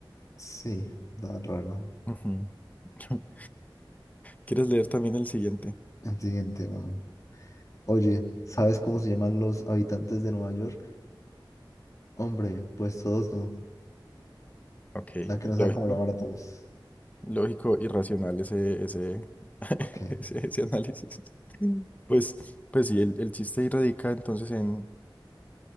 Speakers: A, on the left; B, on the left.
A: Sí, da raro.
B: Ujú. <laughs> ¿Quieres leer también el siguiente?
A: El siguiente va. Oye, ¿sabes cómo se llaman los habitantes de Nueva York? Hombre, pues todos no.
B: Ok,
A: O sea, que no
B: lógico.
A: sabe cómo llamar a todos.
B: Lógico, irracional ese, ese, <laughs>
A: Ok,
B: ese, ese análisis. Mm. Pues, pues sí, el, el chiste ahí radica entonces en,